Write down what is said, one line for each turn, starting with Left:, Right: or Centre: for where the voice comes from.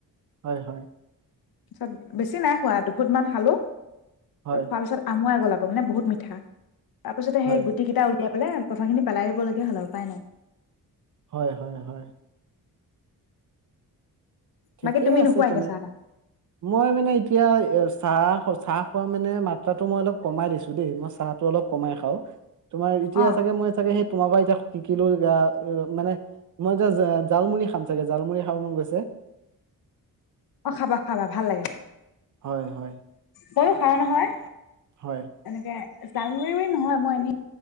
Right: হয় হয়।
Left: যত বেছি নাই খোৱা দুখুট মান খালোঁ।
Right: হয়
Left: ত খোৱাৰ পিছত আমুৱাই গ'ল ক'বনে বহুত মিঠা। তাৰ পিছতে
Right: হয়
Left: সেই গুটি কেইটা উলিয়াই বোলে কঁঠালখিনি পেলাই দিবলগীয়া হ'ল আও উপায় নাই।
Right: হয় হয় হয়। ঠিকেই
Left: বাকী তুমি
Right: আছে
Left: নোখোৱা
Right: তেনে,
Left: এতিয়া চাহ তাহ
Right: মই মানে এতিয়া চাহ খ চাহ খোৱা মাত্ৰাটো মানে মই অলপ কমাই দিছোঁ দেই, মই চাহটো অলপ কমাই খাওঁ। তোমাৰ এতিয়া
Left: অ
Right: চাগে মই চাগে সেইত তোমাৰ পৰা এতিয়া শিকিলো <unintelligible> মানে, মই এতিয়া জা জালমুৰি খাম চাগে, জালমু়ৰি খাব মন গৈছে।
Left: অ', খাবা-খাবা ভাল লাগে।
Right: হয়, হয়।
Left: <unintelligible> খাওঁ নহয়।
Right: হয়
Left: এনেকে জালমুঢ়ি বুলি নহয় মই এনে